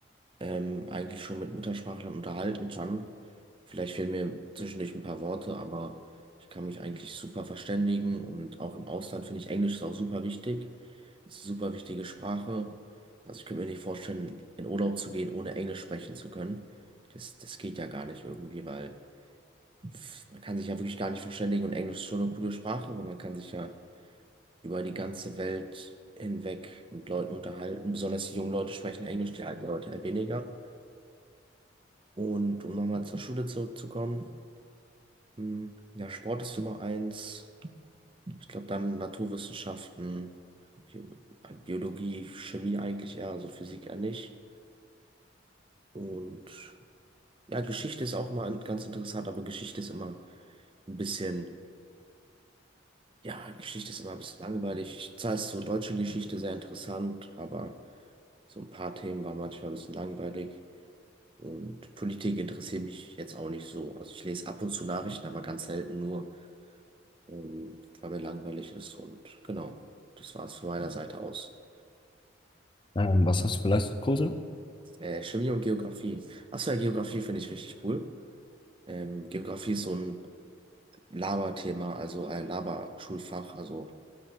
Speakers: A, on the right; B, on the left.
A: ähm, eigentlich schon mit Muttersprachlern unterhalten kann. Vielleicht fehlen mir zwischendurch ein paar Worte, aber ich kann mich eigentlich super verständigen und auch im Ausland finde ich Englisch ist auch super wichtig. Es ist eine super wichtige Sprache. Also ich könnte mir nicht vorstellen, in Urlaub zu gehen, ohne Englisch sprechen zu können. Das, das geht ja gar nicht irgendwie, weil pff, man kann sich ja wirklich gar nicht verständigen und Englisch ist schon eine coole Sprache, weil man kann sich ja über die ganze Welt hinweg mit Leuten unterhalten. Besonders die jungen Leute sprechen Englisch, die alten Leute eher weniger. Und um nochmal zur Schule zurückzukommen, mh, ja, Sport ist Nummer eins. Ich glaube, dann Naturwissenschaften, Bio äh, Biologie, Chemie eigentlich eher, also Physik eher nicht. Und ja, Geschichte ist auch mal ganz interessant, aber Geschichte ist immer ein bisschen, ja, Geschichte ist immer ein bisschen langweilig. Zwar ist so deutsche Geschichte sehr interessant, aber so ein paar Themen waren manchmal ein bisschen langweilig. Und Politik interessiert mich jetzt auch nicht so. Also ich lese ab und zu Nachrichten, aber ganz selten nur. ähm, weil mir langweilig ist und genau, das war es von meiner Seite aus.
B: Ähm, was hast du für Leistungskurse?
A: Äh, Chemie und Geografie. Achso, ja, Geografie finde ich richtig cool. Ähm, Geografie ist so ein Laberthema, also ein Laberschulfach. Also